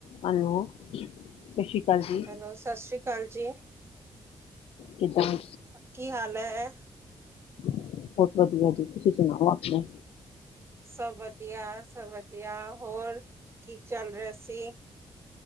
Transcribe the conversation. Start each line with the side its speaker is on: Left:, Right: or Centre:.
Left: Hello ਸਤਿ ਸ਼੍ਰੀ ਅਕਾਲ ਜੀ।
Right: ਹੈਲੋ ਸਤਿ ਸ਼੍ਰੀ ਅਕਾਲ ਜੀ।
Left: ਕਿਦਾਂ?
Right: ਕੀ ਹਾਲ ਐ?
Left: ਬਹੁਤ ਵਧੀਆ ਜੀ ਤੁਸੀਂ ਸੁਣਾਓ ਆਪਣਾ।
Right: ਸਭ ਵਧੀਆ-ਸਭ ਵਧੀਆ। ਹੋਰ ਕੀ ਚੱਲ ਰਿਹਾ ਸੀ?